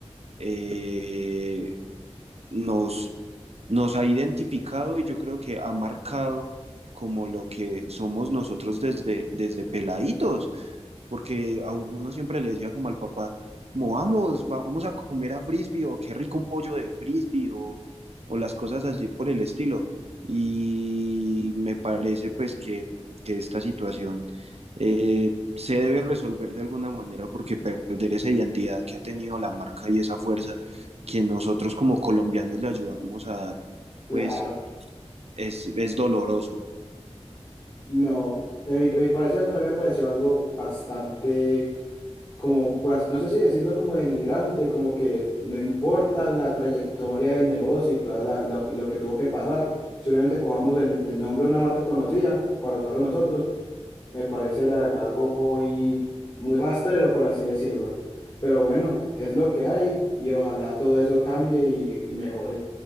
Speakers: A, on the right; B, on the left.
A: eh, nos, nos ha identificado y yo creo que ha marcado como lo que somos nosotros desde, desde peladitos porque a uno siempre le decía como al papá, como vamos, vamos a comer a frisbee o qué rico un pollo de frisbee o, o las cosas así por el estilo. Y me parece pues que, que esta situación eh, se debe resolver de alguna manera porque perder esa identidad que ha tenido la marca y esa fuerza que nosotros como colombianos le ayudamos a dar,
B: Claro,
A: pues es, es doloroso.
B: no. En mi, en mi parecer también me pareció algo bastante como, pues, no sé si decirlo como denigrante, como que no importa la trayectoria del negocio y todo lo, lo que tuvo que pasar, simplemente cojamos el, el nombre de una marca conocida para usarlo nosotros, me parece la verdad algo muy, muy rastrero, por así decirlo. Pero bueno, es lo que hay y ojalá todo eso cambie y y mejore.